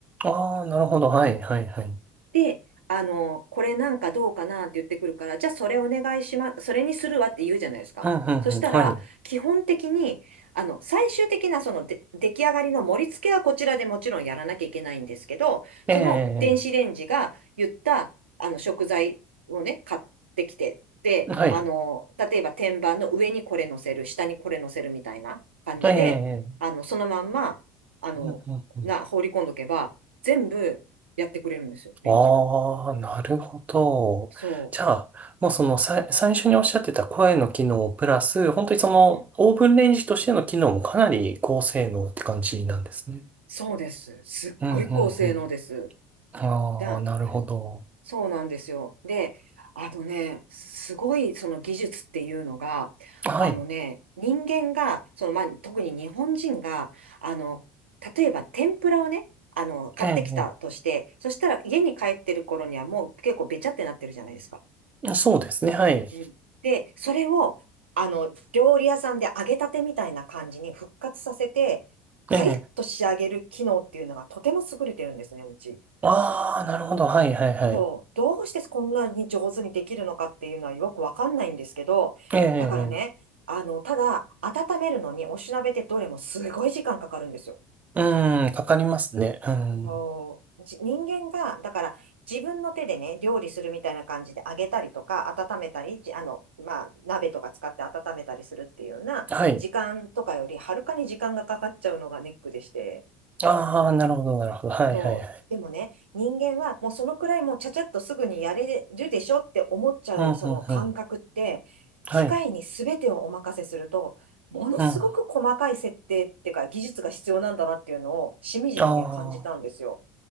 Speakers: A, on the right; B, on the right.
A: ああ、なるほど。はいはいはい。
B: で、あの、これなんかどうかなって言ってくるから、じゃあそれお願いします、それにするわって言うじゃないですか。
A: うんうんうん。
B: そしたら、
A: はい。
B: 基本的に、あの、最終的なそので出来上がりの盛り付けはこちらでもちろんやらなきゃいけないんですけど、
A: ええ。
B: その電子レンジが言ったあの食材をね、買ってきて、で、
A: はい。
B: あの、例えば天板の上にこれ乗せる、下にこれ乗せるみたいな感じで、
A: ええ。
B: あの、そのまんま、あの、
A: うんうんうん。
B: な、放り込んどけば、全部、やってくれるんですよ、レンジが。
A: ああ、なるほど。
B: そ
A: じゃあ、もうそのさい、最初におっしゃってた声の機能プラス、本当にそのオーブンレンジとしての機能もかなり高性能って感じなんですね。
B: う。うん。そうです。すっごい高性能です。
A: うんうんうん。ああ、
B: だ、
A: なるほど。
B: そうなんですよ。で、あのね、すごいその技術っていうのが、
A: はい。
B: あのね、人間が、その、まあ、特に日本人が、あの、例えば天ぷらをね、あの、買ってきたとして、
A: ええ、
B: そしたら家に帰ってる頃にはもう結構べちゃってなってるじゃないですか。
A: ええ。そうですね、はい。
B: うん。で、それを、あの、料理屋さんで揚げたてみたいな感じに復活させて、パリッと仕上げる機能っていうのがとても優れてるんですね、
A: ええ。
B: うち。
A: ああ、なるほど、はい、はい、はい。
B: そう、どうしてこんなに上手にできるのかっていうのはよくわかんないんですけど、
A: ええ、
B: だからね、あの、ただ、温めるのにおしなべってどれもすごい時間かかるんですよ。
A: ええ。うん、かかりますね。うん。
B: そうじ人間が、だから自分の手でね、料理するみたいな感じで揚げたりとか、温めたり、じあの、まあ、鍋とか使って温めたりするっていうような、
A: はい。
B: 時間とかよりはるかに時間がかかっちゃうのがネックでして、
A: ああ、なるほど、なるほど。はい、
B: そう。
A: はい、はい。
B: でもね、人間はもうそのくらいもうちゃちゃっとすぐにやれるでしょって思っちゃうその感覚って、
A: うん、うん、うん。はい。
B: 機械に全てをお任せすると、ものすごく細かい設定っていうか技術が必要なんだなっていうのをしみじみね、
A: うん。あ
B: 感じたんですよ。